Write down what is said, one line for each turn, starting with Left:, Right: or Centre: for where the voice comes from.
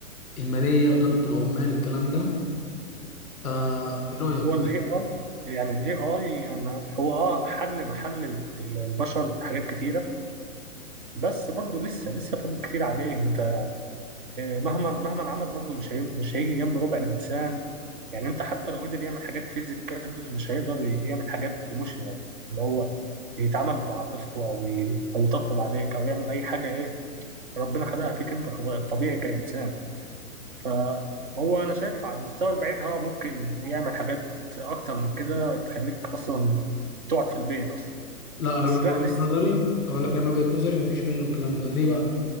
Centre: المالية إدارة العمال الكلام ده آه إيه رأيك؟
Right: هو الاي اي يعني الاي اي انا هو اه حل محل ال- ال- البشر في حاجات كتيره بس برضه لسه لسه فاضل كتير عليه انت آه، مهما مهما عمل برضه مش هي مش هيجي جنب ربع الانسان يعني انت حتى لو قدر يعمل حاجات فيزيكال مش هيقدر يعمل حاجات ايموشنال اللي هو يتعامل بعاطفته او ي- او يطبطب عليك او يعمل اي حاجه ايه ربنا خلقها فيك انت خلاص طبيعي كانسان فهو انا شايف على المستوى البعيد ها ممكن يعمل حاجات اكتر من كده تخليك اصلا تقعد في البيت اصلا
Centre: لا أنا
Right: بس
Centre: بقى من
Right: لا
Centre: وجهة
Right: لسه
Centre: نظري أقول لك أنا من وجهة نظري مفيش منه الكلام ده ليه بقى؟